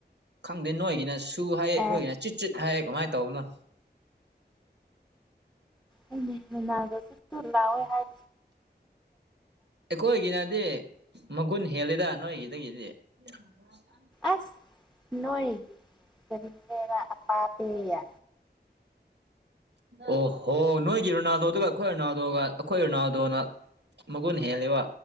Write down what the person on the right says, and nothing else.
ꯈꯪꯗꯦ ꯅꯣꯏꯒꯤꯅ ꯁꯨ ꯍꯥꯏꯌꯦ ꯑꯩꯈꯣꯏꯒꯤꯅ
ꯆꯨ ꯆꯨꯠ ꯍꯥꯏꯌꯦ ꯀꯃꯥꯏ ꯇꯧꯕꯅꯣ
ꯑꯩꯈꯣꯏꯒꯤꯅꯗꯤ ꯃꯒꯨꯟ ꯍꯦꯜꯂꯤꯗ ꯅꯣꯏꯒꯤꯗꯒꯤꯗꯤ ꯑꯣ <unintelligible>
ꯑꯣꯍꯣ ꯅꯣꯏꯒꯤ ꯔꯣꯅꯥꯜꯗꯣꯗꯨꯒ ꯑꯩꯈꯣꯏ ꯔꯣꯅꯥꯜꯗꯣꯒ ꯑꯩꯈꯣꯏ ꯔꯣꯅꯥꯜꯗꯣꯅ ꯃꯒꯨꯟ ꯍꯦꯜꯂꯦꯕ